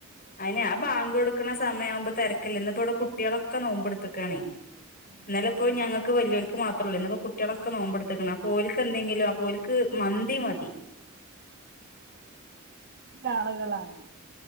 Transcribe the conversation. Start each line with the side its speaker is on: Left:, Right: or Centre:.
Left: അയിനെ ആ <inaudible> കൊടുക്കണ സമയം ആവുമ്പോ തിരക്കല്ല ഇനിപ്പോ ഇവിടെ കുട്ടികളൊക്കെ നോമ്പ് എടുത്തക്കാണേ
Right: ഉം,
Left: ഇന്നലെ ഇപ്പോ
Right: അപ്പൊ
Left: ഞങ്ങക്ക് വലിയർക്ക് മാത്രമല്ല ഇപ്പോ കുട്ടികളൊക്കെ നോമ്പെടുത്തെക്കൊണ് അപ്പോ ഓൾക്ക് എന്തെങ്കിലും ആ ഓൾക്ക് മന്തി മതി
Right: ആളുകളാണ്.